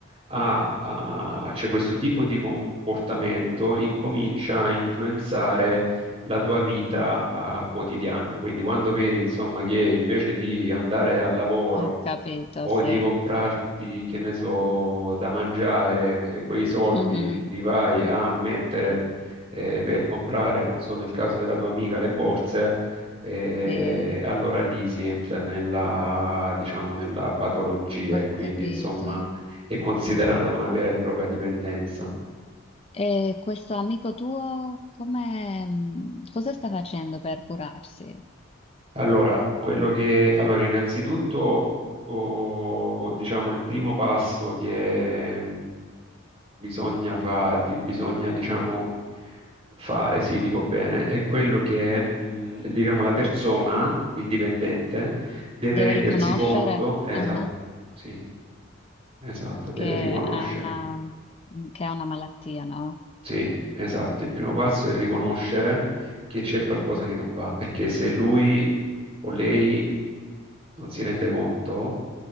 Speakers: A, on the right (about 30°); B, on the left (about 25°).
A: a, a- cioè questo tipo di comportamento incomincia a influenzare la tua vita, eh, quotidiana. Quindi quando vedi, insomma, che invece di andare al lavoro
B: Ho capito,
A: o
B: sì.
A: di comprarti, che ne so, da mangiare, eh, quei soldi
B: Mhm.
A: li vai a mettere eh, per comprare, non so, nel caso della tua amica, le borse, eh,
B: Sì,
A: allora lì si entra nella, diciamo, nella patologia
B: ho
A: e quindi,
B: capito.
A: insomma, è considerata una vera e propria dipendenza.
B: E questo amico tuo, come, mh, cosa sta facendo per curarsi?
A: Allora, quello che, allora, innanzitutto, oh, diciamo, il primo passo che bisogna, fa- di- bisogna, diciamo, fare, sì, dico bene, è quello che, mh, diciamo, la persona, il dipendente, deve
B: Deve
A: rendersi
B: riconoscere,
A: conto, esatto,
B: ah,
A: sì, esatto, deve
B: che
A: riconoscere,
B: ha una, mm, che ha una malattia, no?
A: sì, esatto, il primo passo è riconoscere che c'è qualcosa che non va, perché se lui o lei non si rende conto